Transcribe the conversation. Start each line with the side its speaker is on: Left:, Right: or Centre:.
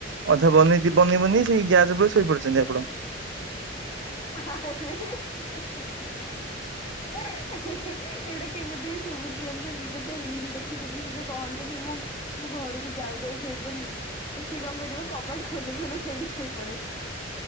Right: ଅଧା ବନେଇକି ବନେଇିବନି ସେଇ ଗ୍ୟାସ ଉପରେ ଶୋଇପଡିଛନ୍ତି ଆପଣ।
Left: ଆରେ ଏଇଟା କେମିତି ହି ଶୁଭୁଛି। ଜାଣିଛନ୍ତି ଗୋଟେ ରିଲ ଦେଖିଥିଲି ସେ ଯଉ କହନ୍ତିନି ମୁଁ ମୁଁ ଘରକୁ ଯାଉ ଯାଉ ଶୋଇପଡିଲି। ତ ସିଏ କଣ କରିବ କବାଡ ଖୋଲୁ ଖୋଲୁ ସେଇଠି ଶୋଇପଡେ